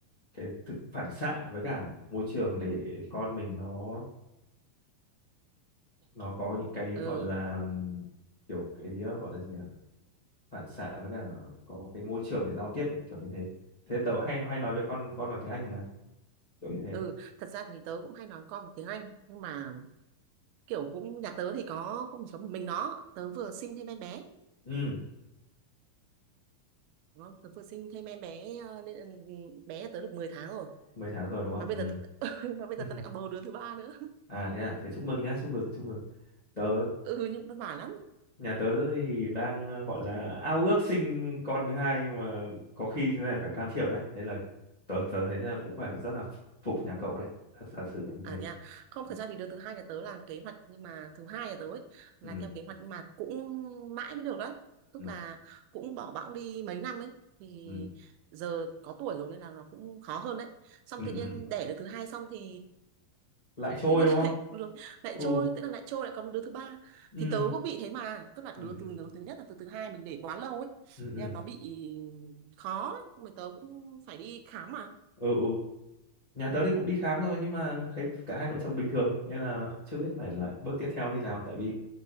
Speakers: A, on the left (about 60°); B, on the right (about 85°).
A: cái thực phản xạ với cả môi trường để
B: ừ
A: con mình nó nó có những cái
B: ừ
A: gọi là ừm, kiểu cái ờ, gọi là gì nhỉ phản xạ với cả có cái môi trường để giao tiếp ấy, kiểu như thế thế tớ hay hay nói với con con bằng tiếng Anh mà kiểu như thế
B: ừ thật ra thì tớ cũng hay nói con tiếng Anh nhưng mà kiểu cũng nhà tớ thì có không chỉ có một mình nó tớ vừa sinh thêm em bé
A: ừ
B: Đó, tớ vừa sinh thêm em bé ờ, nên là bé tớ được 10 tháng rồi
A: mười tháng rồi đúng không
B: mà bây giờ <laughs> mà bây
A: ừ
B: giờ
A: <laughs>
B: tớ lại còn bầu đứa thứ ba nữa
A: à thế à thế chúc mừng nhá chúc mừng chúc mừng tớ
B: <laughs> ừ nhưng vất vả lắm
A: nhà tớ thì đang ờ, gọi là ao ước sinh con thứ hai nhưng mà có khi thế này phải can thiệp đấy nên là tớ tớ thấy là cũng phải rất là phục nhà cậu đấy thật thật sự là như
B: à
A: thế
B: thế à không
A: ừ
B: thật ra thì đứa thứ hai nhà tớ là kế hoạch nhưng mà thứ hai nhà tớ ấy là
A: ừ
B: theo kế hoạch nhưng mà cũng mãi mới được đấy tức
A: ừ
B: là cũng bỏ bẵng đi mấy năm ấy thì
A: ừ
B: giờ có tuổi rồi nên là nó cũng khó hơn đấy xong
A: ừ
B: tự nhiên
A: ừ
B: đẻ đứa thứ hai xong thì
A: lại trôi
B: tự nhiên
A: đúng
B: <laughs>
A: không
B: lại luộc- lại
A: ừ
B: trôi tức là lại trôi lại còn một đứa thứ ba
A: ừ
B: thì tớ cũng bị thế mà tức là
A: ừ
B: đứa
A: ừ
B: từ đứa thứ nhất là từ thứ hai mình để quá lâu ấy
A: ừ ừ
B: thế
A: ừ.
B: là nó bị khó ấy. mà tớ cũng phải đi khám mà
A: ừ ừ nhà tớ thì cũng đi khám rồi nhưng mà thấy cả hai vợ chồng bình thường nên là chưa biết phải là bước tiếp theo như nào tại vì